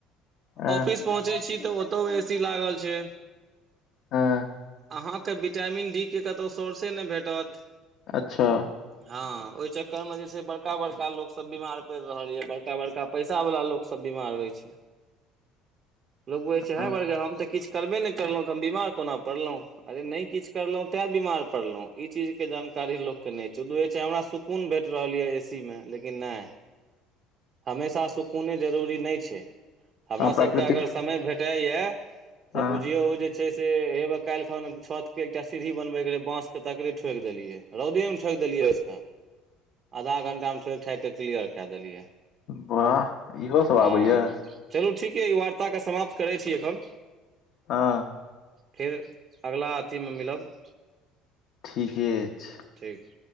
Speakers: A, on the left (about 50°); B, on the right (about 30°).
A: हँ
B: ऑफिस पहुँचे छी तऽ ओतहुॅं एसी लागल छै।
A: हँ
B: अहाँके विटामिन डी के कतौ सोर्से ने भेटत
A: अच्छा
B: हँ ओहि चक्करमे जे छै बड़का बड़का लोकसभ बीमार पड़ि रहल यए बड़का बड़का पैसा बाला लोक सब बीमार होइ छै लोग बोझै छै
A: हँ
B: है बर्गाहि हम त किछ करबे नहि करलहुँ तऽ हम बीमार कोना पड़लहुँ अरे ने किछ करलो ते बीमार पड़लो ई चीज के जान कारी लोक के नहि छै उ बुझे छै हमरा सुकून भेट रहल य ए सी मे लेकिन ने हमेशा सुकूने जरूरी ने छै हमरा सभके
A: प्राकृतिक
B: अगर समय भेटैए तऽ
A: हँ
B: बुझियौ ओ जे छै से हेबे काल्हि खन छत के एकटा सीढ़ी बनबैके रहै बांस के तकड़े ठोकि देलियै रौदेमे ठोकि देलियै बैसक आधा घण्टामे ठोकि ठाकिके क्लियर कैय देलियै
A: वाह इहो सब
B: हँ
A: आबैए
B: चलू ठीक य ई वार्ता के समाप्त करै छी एखन
A: हँ
B: फेर अगला अथीमे मिलब
A: ठीके अछि
B: ठीक